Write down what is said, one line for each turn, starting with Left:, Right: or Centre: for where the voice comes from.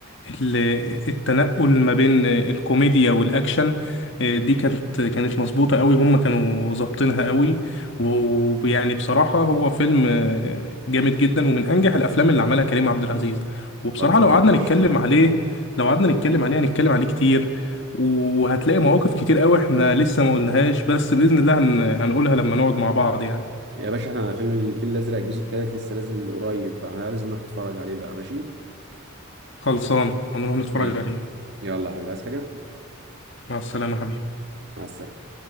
Left: ال... التنقل ما بين الكوميديا والأكشن آه، دي كانت كانت مظبوطة قوي هم كانوا ظابطينها قوي ويعني بصراحة هو فيلم آه، جامد جدا ومن أنجح الأفلام اللي عملها كريم عبد العزيز وبصراحة
Right: خلصانه
Left: لو قعدنا
Right: يا باشا
Left: نتكلم عليه لو قعدنا نتكلم عليه هنتكلم عليه كتير وهتلاقي مواقف كتير قوي احنا لسه ما قلناهاش بس بإذن الله هن... هنقولها لما نقعد مع بعض يعني
Right: يا باشا احنا فيلم الفيل الازرق الجزء الثالث لسه نازل قريب فاحنا لازم نروح نتفرج عليه بقى ماشي
Left: خلصان هنروح نتفرج
Right: ماشي
Left: عليه
Right: يلا يا حبيبي عايز حاجه
Left: مع السلامة حبيبي
Right: مع السلامه